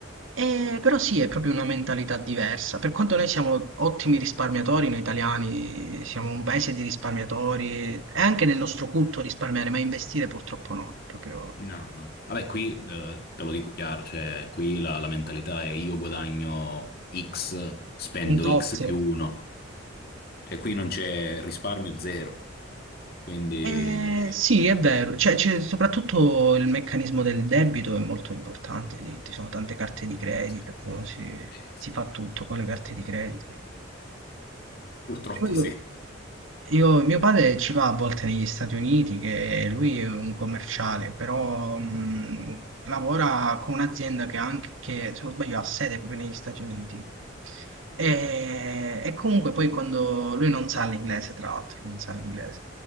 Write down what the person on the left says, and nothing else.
No, no. Vabbè, qui eh, te lo dico chiaro, cioè qui la, la mentalità è io guadagno X, spendo
X più 1. Cioè qui non c'è risparmio zero. Quindi,
sì.
Eh, sì.
Purtroppo
sì.